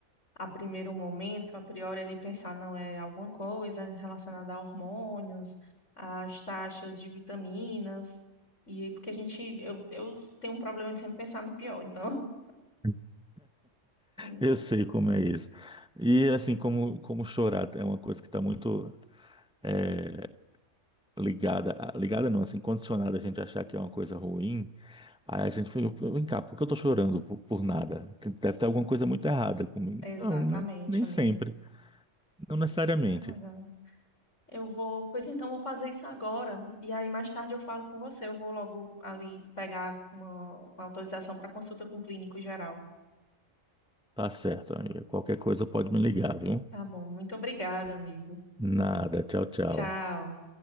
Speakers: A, on the left (about 70°); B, in the centre.
A: a primeiro momento, a priori, ele pensar não é alguma coisa relacionada a hormônios, às taxas de vitaminas, e porque a gente, eu, eu tenho um problema de sempre pensar no pior, então.
B: <laughs>
A: <laughs>
B: Eu sei como é isso. E assim, como, como chorar é uma coisa que está muito eh, ligada, a- ligada não, assim, condicionada a gente achar que é uma coisa ruim. Aí a gente falou, vem cá, por que eu tô chorando por, por nada? Deve ter alguma coisa muito errada comigo.
A: Exatamente,
B: Não, nem, nem
A: amigo.
B: sempre. Não necessariamente.
A: Você tem razão. Eu vou, pois então, vou fazer isso agora, e aí mais tarde eu falo com você. Eu vou logo ali pegar uma, uma autorização para consulta com o clínico geral.
B: Tá certo, amiga. Qualquer coisa pode me ligar, viu?
A: Tá bom, muito obrigada, amigo.
B: Nada. Tchau, tchau.
A: Tchau.